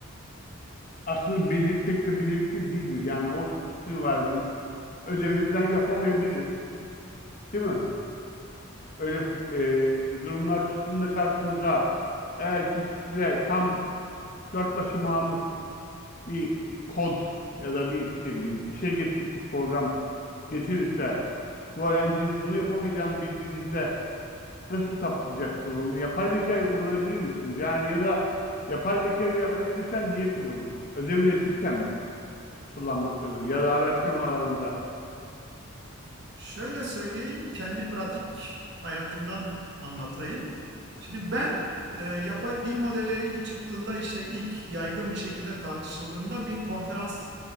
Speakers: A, on the left; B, on the right.
A: aslında belir, pek de becerikli değildir. Yani o sizin verdiğiniz ödevi falan yapamayabilir. Değil mi? Öyle e, durumlar çıktığında karşınıza eğer ki size tam dört başı mamur bir kod ya da bir ne bileyim bir şey getirirse program getirirse bu öğrencinin bunu yapamayacağını bildiğinizde nasıl saptayacaksınız onu? Yapay zekayı kullanabilir misiniz? Yani ya da yapay zekayı akademisyen niye kullanır? Ödev üretirken mi kullanmaktadır? Ya da araştırma alanında.
B: Şöyle söyleyeyim, kendi pratik hayatımdan anlatayım. Şimdi ben e, yapay dil modelleri ilk çıktığında işte ilk yaygın bir şekilde tartışıldığında bir konferans